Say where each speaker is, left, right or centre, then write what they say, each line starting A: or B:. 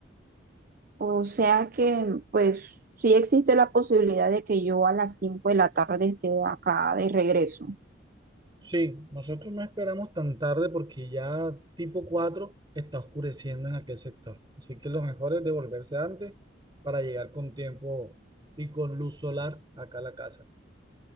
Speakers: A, on the right; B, on the right.
A: O sea que, pues, sí existe la posibilidad de que yo a las 5 de la tarde esté acá de regreso.
B: Sí, nosotros no esperamos tan tarde porque ya tipo 4 está oscureciendo en aquel sector. Así que lo mejor es devolverse antes para llegar con tiempo y con luz solar acá a la casa.